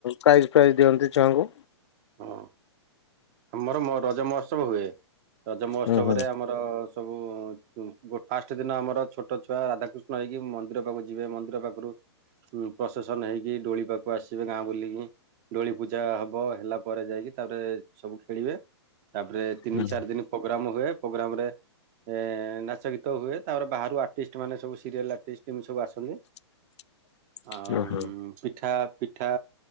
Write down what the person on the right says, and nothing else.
ହଁ ଆମର ମ- ରଜ ମହୋତ୍ସବ ହୁଏ, ରଜ ମହୋତ୍ସବ
ରେ ଆମର ତ ସବୁ ଫାଷ୍ଟ ଦିନ ଆମର ଛୋଟ ଛୁଆ ରାଧାକୃଷ୍ଣ ହେଇକି ମନ୍ଦି ନ୍ଦିର ପାଖକୁ ଯିବେ, ମନ୍ଦିର ପାଖରୁ ଉଁ, ପ୍ରସେସନ୍ ହେଇକି ଡୋଳିି ପାଖକୁ ଆସିବେ ଗାଁ ବୁଲିକି, ଡୋଳି ପୂଜା ହବ ହେଲା ପରେ ଯାଇକି ତାପରେ ସବୁ ଖେଳିବେ, ତାପରେ ତିନି
ଚାରି ଦିନ ପ୍ରୋଗ୍ରାମ୍ ହୁଏ। ପ୍ରୋଗ୍ରାମ୍ ରେ ଏ, ନାଚ ଗୀତ ହୁଏ, ତାପରେ ବାହାରୁ ଆର୍ଟିଷ୍ଟ ମାନେ ସବୁ ସିରିଏଲ୍ ଆର୍ଟିଷ୍ଟ ଏମିତି ସବୁ ଆସନ୍ତି।
ଆଉଁ
ପିଠା ପିଠା